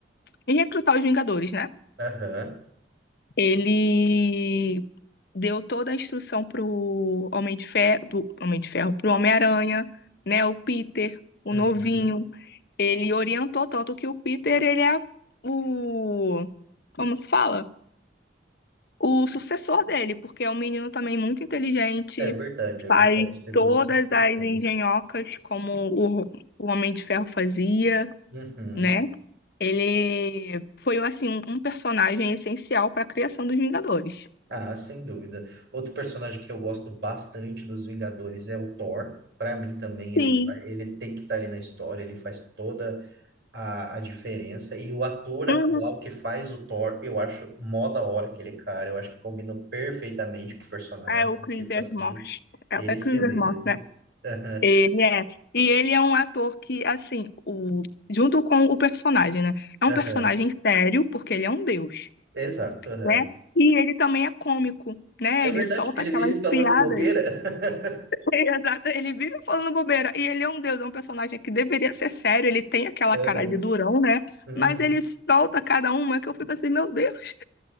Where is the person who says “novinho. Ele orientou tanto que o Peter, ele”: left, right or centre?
Left